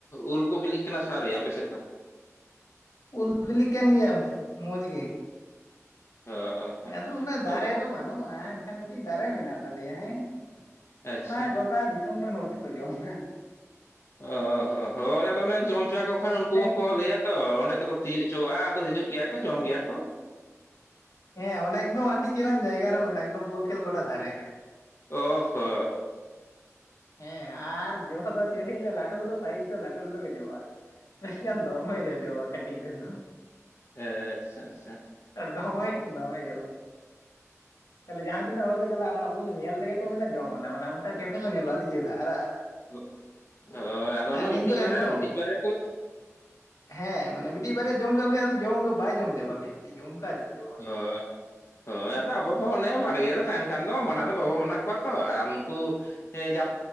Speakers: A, on the left; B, on the left.
A: ᱩᱞ ᱠᱚ ᱵᱤᱞᱤᱜ ᱠᱟᱱᱟ ᱥᱮ ᱟᱣᱨᱤ ᱟᱯᱮ ᱥᱮᱫ ᱫᱚ
B: ᱩᱞ ᱵᱤᱞᱤᱜ ᱠᱟᱱ ᱜᱮᱭᱟ ᱢᱚᱸᱡᱽ ᱜᱮ
A: ᱦᱳᱭ
B: ᱟᱫᱚ ᱩᱱᱟᱹᱜ
A: ᱦᱳᱭ
B: ᱫᱟᱨᱮ ᱫᱚ ᱵᱟᱹᱱᱩᱜᱼᱟ ᱮᱱᱠᱷᱟᱱ ᱢᱤᱫ ᱢᱤᱫᱴᱤᱡ ᱫᱟᱨᱮ ᱢᱮᱱᱟᱜ ᱛᱟᱞᱮᱭᱟ ᱦᱮᱸ
A: ᱟᱪᱪᱷᱟ
B: ᱚᱱᱟ ᱜᱚᱴᱟ ᱫᱤᱥᱚᱢ ᱨᱮᱱ ᱦᱚᱲ ᱛᱮᱠᱚ ᱡᱚᱢᱟ
A: ᱚ ᱦᱚᱸ ᱦᱳᱭ ᱟᱫᱚ ᱚᱱᱮ ᱡᱚᱢ ᱦᱚᱪᱚ ᱣᱟᱠᱚ ᱠᱷᱟᱱ ᱩᱱᱠᱩ
B: ᱢᱟᱱᱮ
A: ᱦᱚᱸ ᱠᱚ ᱞᱟᱹᱭ ᱭᱟᱛᱚ ᱚᱸᱰᱮ ᱫᱚᱠᱚ ᱛᱤᱭᱳᱜ ᱦᱚᱪᱚᱣᱟᱜᱼᱟ ᱟᱫᱚ ᱦᱤᱡᱩᱜ ᱜᱮᱭᱟ ᱠᱚ ᱡᱚᱢ ᱜᱮᱭᱟ ᱠᱚ
B: ᱦᱮᱸ ᱚᱱᱮ ᱮᱠᱫᱚᱢ ᱟᱹᱰᱤ ᱪᱮᱦᱨᱟᱱ ᱡᱟᱭᱜᱟ ᱨᱮ ᱢᱮᱱᱟᱜᱼᱟ ᱮᱠᱫᱚᱢ ᱵᱚᱞ ᱠᱷᱮᱞ ᱜᱚᱰᱟ ᱫᱷᱟᱨᱮ ᱨᱮ
A: ᱚᱦᱟ
B: ᱦᱮᱸ ᱟᱨ ᱡᱚ ᱫᱚ ᱪᱮᱫ ᱞᱤᱧ ᱞᱟᱹᱭᱟ ᱞᱟᱹᱴᱩ ᱞᱟᱹᱴᱩ ᱥᱟᱭᱤᱡ ᱫᱚ ᱞᱟᱹᱴᱩ ᱞᱟᱹᱴᱩ ᱜᱮ ᱡᱚᱜᱼᱟ ᱢᱮᱱᱠᱷᱟᱱ ᱫᱚᱢᱮ ᱡᱚᱡᱚᱣᱟ ᱠᱟᱹᱴᱤᱡ ᱨᱮ ᱫᱚ
A: ᱟᱪᱪᱷᱟ ᱟᱪᱪᱷᱟ
B: ᱫᱚᱢᱮ ᱫᱚᱢᱮ ᱡᱚᱜᱼᱟ᱾ ᱛᱟᱦᱚᱞᱮ ᱡᱟᱦᱟᱸ ᱛᱤᱱᱟᱹᱜ ᱦᱚᱲ ᱪᱟᱞᱟᱜ᱾ ᱚᱱᱟ ᱩᱞ ᱧᱮᱞ ᱛᱮᱜᱮ ᱠᱚ ᱢᱮᱱᱟ ᱡᱚᱢ ᱟᱞᱮ᱾ ᱢᱟᱱᱮ ᱚᱱᱠᱟ ᱪᱮᱦᱨᱟ ᱧᱮᱞᱚᱜᱼᱟ, ᱟᱹᱰᱤ ᱪᱮᱦᱨᱟ ᱟᱨᱟᱜ ᱟᱨᱟᱜ
A: ᱦᱚᱭ ᱟᱫᱚ ᱚᱱᱟ
B: ᱟᱨ
A: ᱢᱤᱫᱴᱤᱡ
B: ᱠᱤᱱᱛᱩ
A: ᱵᱟᱨᱭᱟ
B: ᱮᱠᱫᱚᱢ
A: ᱢᱤᱫᱴᱤᱡ ᱵᱟᱨᱭᱟ ᱠᱚ,
B: ᱦᱮᱸ ᱢᱟᱱᱮ ᱢᱤᱫᱴᱤᱡ ᱵᱟᱨᱭᱟ ᱡᱚᱢ ᱠᱟᱜ ᱢᱮ᱾ ᱟᱫᱚ ᱡᱚᱢ ᱜᱮ ᱵᱟᱭ ᱡᱚᱢ ᱪᱟᱵᱟ ᱠᱮᱭᱟ᱾ ᱢᱤᱫᱴᱤᱡ ᱜᱟᱱ ᱦᱚᱸ ᱚᱱᱠᱟ ᱡᱚᱡᱚ
A: ᱦᱮᱸ ᱦᱳᱭ ᱟᱫᱚ ᱟᱵᱚ ᱫᱚ ᱚᱱᱮ ᱵᱟᱲ ᱜᱮ ᱨᱮ ᱛᱟᱦᱮᱱ ᱠᱷᱟᱱ ᱫᱚ ᱢᱟᱱᱟ ᱫᱚ ᱵᱟᱵᱚ ᱢᱟᱱᱟ ᱠᱚᱣᱟ ᱛᱚ ᱟᱨ ᱱᱩᱠᱩ ᱮᱴᱟᱜ